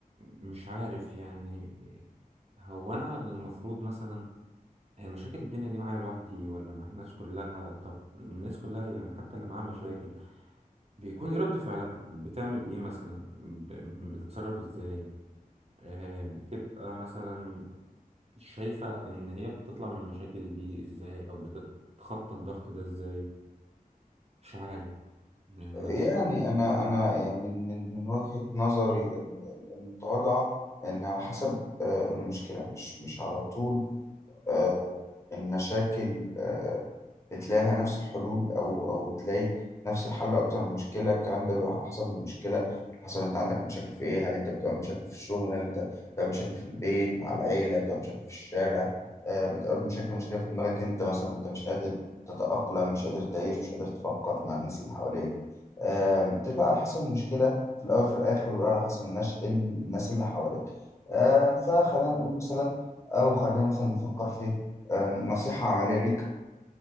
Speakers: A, on the right; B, on the left.
A: مش عارف يعني هو انا المفروض مثلا المشاكل الدنيا دي معايا لوحدي ولا مع الناس كلها طب الناس كلها يعني حتى اللي معاها مشاكل بيكون ايه رد فعلها بتعمل ايه مثلا ب- بتتصرف ازاي آه، بتبقى مثلا شايفة ان هي بتطلع من المشاكل دي ازاي او بتتخطى الضغط ده ازاي مش عارف يعني انا
B: يعني أنا أنا يعني من من من وجهة نظري المتواضعة إن على حسب آه، المشكلة مش مش على طول آه، المشاكل آه، بتلاقي لها نفس الحلول او او بتلاقي نفس الحل اكتر من مشكله الكلام ده بيبقى على حسب المشكله حسب انت عندك مشاكل في ايه هل انت بتقابل مشاكل في الشغل هل انت بتقابل مشاكل في البيت مع العيله بتقابل مشاكل في الشارع آه، بتقابل مشاكل مشكله في دماغك انت مثلا انت مش قادر تتاقلم مش قادر تعيش مش قادر تفكر مع الناس اللي حواليك آم، بتبقى على حسب المشكله في الاول وفي الاخر وبيبقى على حسب الناس الناس اللي حواليك آم، فخلينا نقول مثلا او خلينا مثلا نفكر في آم، نصيحه عمليه ليك